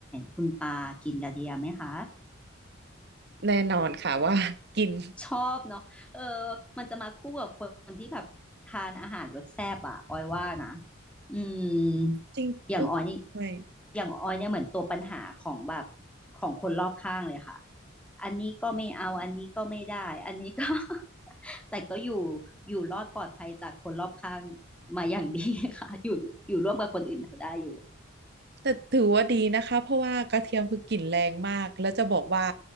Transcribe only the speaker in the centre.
คุณปากินกระเทียมไหมคะ
ชอบเนาะเออมันจะมาคู่กับคนที่แบบทานอาหารรสแซ่บอะออยว่านะอืม
อย่างออยนี่อย่างออยเนี่ยเหมือนตัวปัญหาของแบบของคนรอบข้างเลยค่ะ อันนี้ก็ไม่เอา อันนี้ก็ไม่ได้ อันนี้ก็ <laughs> แต่ก็อยู่อยู่รอดปลอดภัยจากคนรอบข้างมาอย่างดีค่ะอยู่อยู่ร่วมกับคนอื่นเขาได้อยู่